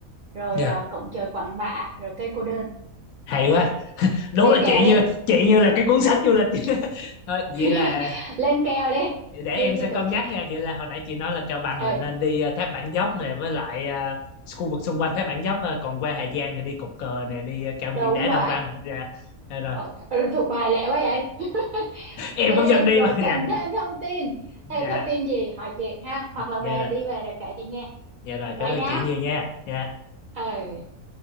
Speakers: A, on the right; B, on the left.
A: rồi
B: Dạ.
A: à, cổng trời Quản Bạ rồi cây cô đơn
B: Hay
A: ok
B: quá. Đúng
A: lên
B: là
A: kèo
B: chị
A: đi
B: như chị như là cái cuốn sách du lịch vậy đó. <laughs> Thôi,
A: <laughs>
B: vậy là
A: lên kèo đi
B: để
A: đi
B: em sẽ
A: cho
B: cân
A: tuổi trẻ
B: nhắc nha. Vậy là hồi nãy chị nói là Cao Bằng
A: ừ
B: là nên đi ờ, Tháp Bản Dốc này với lại ờ, khu vực xung quanh Tháp Bản Dốc thôi, còn qua Hà Giang thì đi Cột Cờ này, đi ờ, cao
A: đúng
B: nguyên đá
A: vậy
B: Đồng Văn. Dạ. Dạ rồi.
A: ờ, ừ, thuộc bài lẹ quá vậy <laughs>
B: Em
A: đi
B: cũng
A: đi
B: dần đi
A: rồi
B: mà. <laughs>
A: cần thêm
B: Dạ.
A: thông tin
B: Dạ.
A: thêm thông tin gì hỏi chị ha hoặc là
B: Dạ
A: về
B: rồi.
A: đi về rồi kể chị nghe
B: Dạ rồi,
A: vậy
B: cảm ơn
A: nha
B: chị nhiều nha. Dạ.
A: ừ